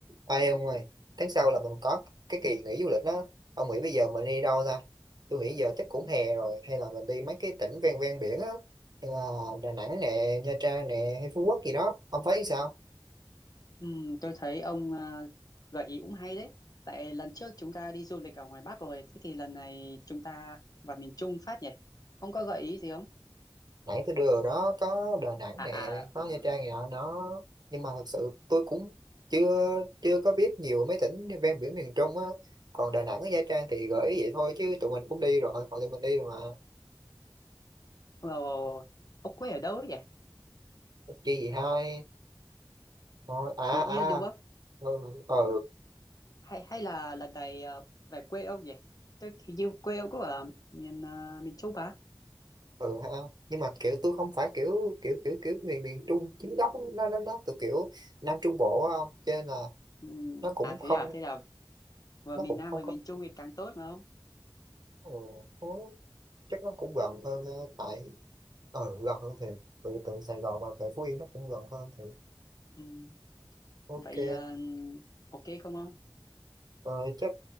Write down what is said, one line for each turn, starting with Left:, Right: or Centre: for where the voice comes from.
Right: Ai ông ơi, tháng sau là mình có cái kỳ nghỉ du lịch đó. Ông nghĩ bây giờ mình đi đâu ta? Tôi nghĩ giờ chắc cũng hè rồi, hay là mình đi mấy cái tỉnh ven ven biển á, hay là Đà Nẵng nè, Nha Trang nè, hay Phú Quốc gì đó. Ông thấy sao?
Left: Ừm, tôi thấy ông à, gợi ý cũng hay đấy. Tại lần trước chúng ta đi du lịch ở ngoài Bắc rồi, thế thì lần này chúng ta vào miền Trung phát nhỉ? Ông có gợi ý gì không?
Right: Nãy tôi đưa rồi đó, có Đà Nẵng
Left: À
Right: nè,
Left: à,
Right: có
Left: ừ.
Right: Nha Trang gì đó, đó. Nhưng mà thật sự tôi cũng chưa chưa có biết nhiều mấy tỉnh ven biển miền Trung á. Còn Đà Nẵng với Nha Trang thì gợi ý vậy thôi chứ tụi mình cũng đi rồi, họ tụi mình đi rồi mà.
Left: Ồ, ông quê ở đâu ấy nhỉ?
Right: Chi gì hai. Thôi à
Left: Phú
Right: à.
Left: Yên đúng không?
Right: Ừ, ừ.
Left: Hay hay là lần này à, về quê ông nhỉ? Tôi hình như quê ông có ở miền à, miền Trung à?
Right: ừ ha nhưng mà kiểu tôi không phải kiểu kiểu kiểu kiểu miền miền Trung chính gốc nó nó nó từ kiểu Nam Trung Bộ á không cho nên là
Left: Ừm,
Right: nó cũng
Left: à
Right: không
Left: thế à, thế là vừa
Right: nó
Left: miền
Right: cũng
Left: Nam
Right: không
Left: vừa
Right: có
Left: miền Trung thì càng tốt mà không?
Right: ừ, nó- chắc nó cũng gần hơn ờ, tại ờ gần hơn thì từ từ Sài Gòn và về Phú Yên nó cũng gần hơn thì
Left: Ừm,
Right: ok
Left: vậy à, ok không ông?
Right: rồi chắc